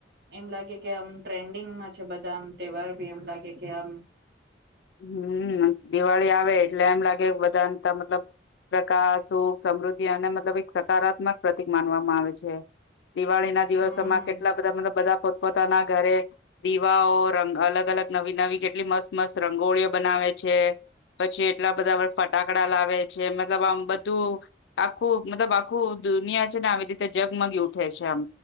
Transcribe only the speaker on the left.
હમ દિવાળી આવે એટલે એમ લાગે બધા મતલબ પ્રકાશ સુખ સમૃદ્ધિ અને મતલબ એક સકારાત્મક પ્રતિક માનવામાં આવે છે દિવાળી ના દિવસોમાં
કેટલા બધા મતલબ બધા પોતપોતાના ઘરે દીવાઓ રંગ અલગ અલગ નવી નવી કેટલી મસ્ત મસ્ત રંગોળીઓ બનાવે છે, પછી એટલા બધા ફટાકડા લાવે છે, મતલબ આમ બધું આખું મતલબ આખું દુનિયા છે ને આવી રીતે જગમગી ઉઠે છે આમ